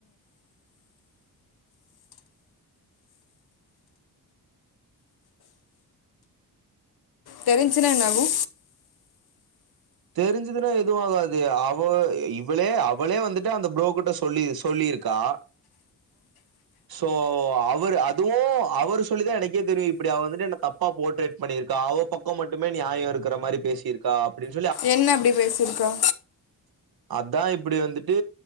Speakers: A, on the left; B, on the right.
A: தெரிஞ்சின எண்ணாகு
B: தெரிஞ்சதுன்னா எது ஆகாது அவ இவளே அவளே வந்துட்டு அந்த புரோக்கிட்ட சொல்லி சொல்லியிருக்கா சோ அவர் அதுவும் அவர் சொல்லிதா எனக்கே தெரியு இப்டி அவ வந்துட்டு என்ன தப்பா போர்ட்ரேட் பண்ணியிருக்கா அவ பக்கம் மட்டுமே நியாயோ இருக்கிற மாரி பேசியிருக்கா அப்டின்
A: என்ன அப்டி பேசிருக்கா
B: அதா இப்டி வந்துட்டு